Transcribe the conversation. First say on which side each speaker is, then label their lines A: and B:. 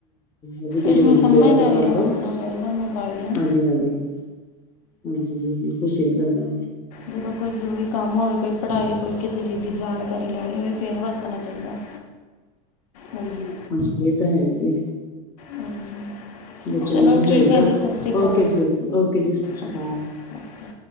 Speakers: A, on the left; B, on the left.
A: ਹੂੰ ਵੀ ਕੋਈ
B: ਇਸ
A: ਜ਼ਰੂਰੀ
B: ਨੂੰ ਸਮਝਦਾਰੀ
A: ਕੋਲ ਹੈ ਤੇ ਕਰਲੋ।
B: ਨਾਲ ਵਰਤਣਾ ਚਾਹੀਦਾ ਮੋਬਾਈਲ ਨੂੰ
A: ਹਾਂਜੀ- ਹਾਂਜੀ। ਹਾਂਜੀ, ਬਿਲਕੁਲ- ਬਿਲਕੁਲ, ਸਹੀ ਗੱਲ ਹੈ।
B: ਜਦੋਂ ਕੋਈ ਜ਼ਰੂਰੀ ਕੰਮ ਹੋਵੇ ਕੋਈ ਪੜ੍ਹਾਈ ਕੋਈ ਕਿਸੇ ਚੀਜ਼ ਦੀ ਜਾਣਕਾਰੀ ਲੈਣੀ ਹੋਵੇ, ਫਿਰ ਵਰਤਣਾ ਚਾਹੀਦਾ ਹੈ। ਹਾਂਜੀ।
A: ਇਸ ਤੇ ਇਹ ਤਾਂ ਹੈ ਹੀਏ।
B: ਹਾਂਜੀ
A: ਬੱਚਿਆਂ
B: ਚਲੋ
A: ਨੂੰ ਸਮਝਾਈ
B: ਠੀਕ
A: ਦਾ।
B: ਹੈ ਜੀ ਸਤਿ ਸ਼੍ਰੀ ਅਕਾਲ
A: ਓਕੇ ਜੀ -ਓਕੇ ਓਕੇ ਜੀ, ਸਤਿ ਸ਼੍ਰੀ
B: ਓਕੇ ਓਕੇ
A: ਅਕਾਲ।